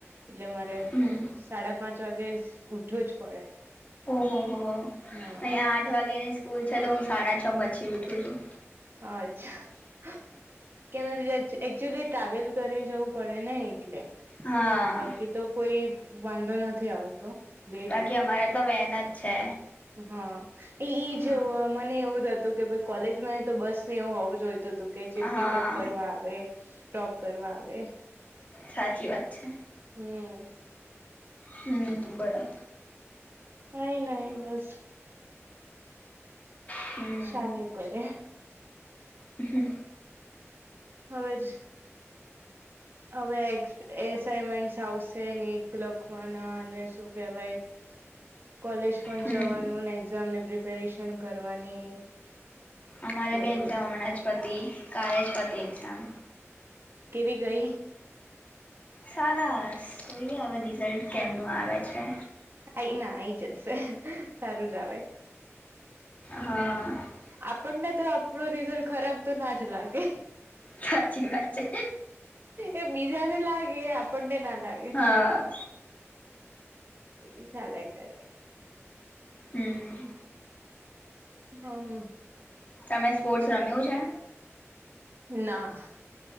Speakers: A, on the right; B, on the left.
A: એટલે મારે
B: હમ
A: સાડા પાંચ વાગે ઊઠવું જ પડે.
B: ઓહો હો અહીંયા
A: હા
B: આઠ વાગ્યા ની સ્કૂલ છે તો હું સાડા છ પછી ઊઠું છું.
A: અચ્છા હ <unintelligible> કેમ એ કદાચ એકચુલી ટ્રાવેલ કરીને જવું પડે ને એટલે
B: હા
A: બાકી તો કોઈ વાંધો નથી આવતો. લેટ
B: બાકી અમારે તો વેન જ છે.
A: હ ઈ ઈ
B: હા
A: જોવા મને એવું થતું કે ભઈ કોલેજમાં ન તો બસ ને એવું હોવું જોઈતુ તુ કે જે પિકઅપ
B: હા
A: કરવા આવે ડ્રોપ કરવા આવે
B: સાચી વાત છે.
A: હમ્મ
B: હમ બરા
A: કાઈ નહી બસ
B: હમ
A: સાલ્યુ કરે
B: હ
A: હવે છ. હવે એ એસાઈનમેન્ટ આવશે નહી લખવાના અને શું કેહવાય. કોલેજ પણ
B: હમ
A: જવાનું ને એક્ઝામ ની પ્રિપેરેશન કરવાની
B: અમારે
A: બધું
B: બે એક્ઝામ હમણાં જ પતી કાલેજ પતી એક્ઝામ
A: કેવી ગઈ
B: સરસ જોઈએ હવે રિઝલ્ટ કેમનું આવે છે.
A: કંઇ ના આઈ જશે સારું જ આવે
B: હા
A: આપણને તો આપણું રિઝલ્ટ ખરાબ તો ના જ લાગે
B: સાચી વાત છે.
A: એ બીજા ને લાગે આપણ ને ના લાગે
B: હા
A: એ ચાલ્યા કરે
B: હમ્મ
A: હમ્મ હમ્મ
B: તમે સ્પોર્ટસ રમ્યું છે.
A: ના